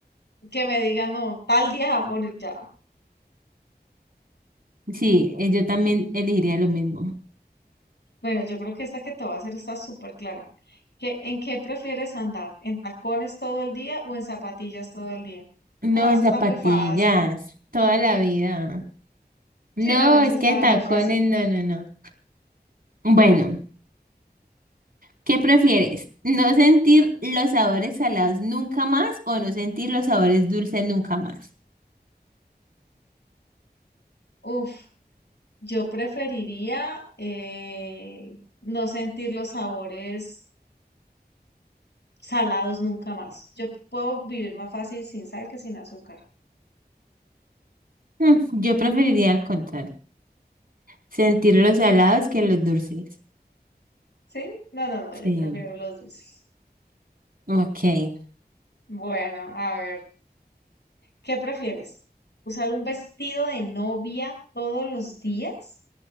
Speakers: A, on the left; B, on the right.
A: que me digan, no, tal día va a morir ya.
B: Sí, eh, yo también elegiría lo mismo.
A: Bueno, yo creo que esta que te voy a hacer está súper clara. ¿Qué- en qué prefieres andar? ¿En tacones todo el día o en zapatillas todo el día?
B: No,
A: No, eso
B: en
A: está
B: zapatillas,
A: muy fácil.
B: toda la vida. No,
A: Sí, no, no, eso
B: es
A: está
B: que tacones,
A: muy fácil.
B: no, no, no. Bueno, ¿qué prefieres? ¿No sentir los sabores salados nunca más o no sentir los sabores dulces nunca más?
A: Uf, yo preferiría eh, no sentir los sabores salados nunca más. Yo puedo vivir más fácil sin sal que sin azúcar.
B: Mm, yo preferiría al contrario, sentir los salados que los dulces.
A: ¿Sí? No, no, no, yo
B: Sí,
A: prefiero los dulces.
B: ok.
A: Bueno, a ver. ¿Qué prefieres? ¿Usar un vestido de novia todos los días